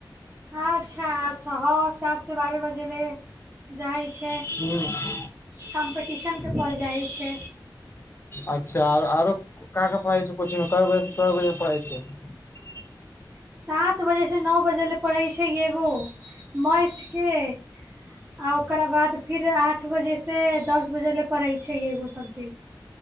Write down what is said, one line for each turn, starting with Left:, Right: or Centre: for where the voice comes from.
Right: अच्छा अ छ सातसँ बारह बजे ले जाइ छै
Left: हूँ,
Right: कॉम्पटिशनके के जाइ छै
Left: अच्छा आरो का का पढ़ै छै कोचिंग में कए बजे कए बजे पढ़इ छै
Right: सात बजे से नौऽ बजे ले पढ़ै छै एगो मैथ के आओर ओकरा बाद फिर आठ बजेसँ दस बजे ले पढ़ै छै एगो सब्जेक्ट